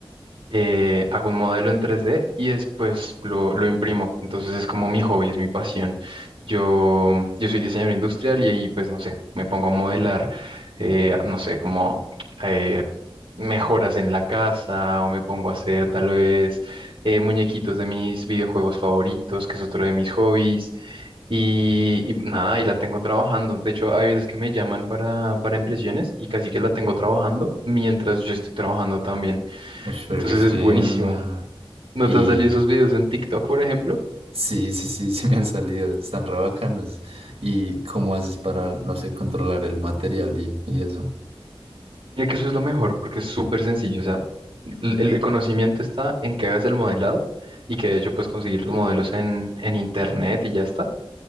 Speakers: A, on the right; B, on the right.
A: eh, hago un modelo en 3D y después lo, lo imprimo. Entonces es como mi hobby, es mi pasión. Yo, yo soy diseñador industrial y ahí, pues, no sé, me pongo a modelar, eh, no sé, como eh, mejoras en la casa o me pongo a hacer tal vez eh, muñequitos de mis videojuegos favoritos, que es otro de mis hobbies. Y, y nada, y la tengo trabajando. De hecho, hay veces que me llaman para, para impresiones y casi que la tengo trabajando mientras yo estoy trabajando
B: Uy, pero
A: entonces
B: qué chimba.
A: es buenísimo. ¿No
B: Y
A: te han salido esos videos en TikTok, por ejemplo?
B: sí, sí, sí, <laughs> sí me han salido. Están re bacanos. ¿Y cómo haces para, no sé, controlar el material y, y eso?
A: Mira que eso es lo mejor porque es súper sencillo. O sea, el, el conocimiento está en que hagas el modelado y que de hecho puedes conseguir los modelos en, en internet y ya está.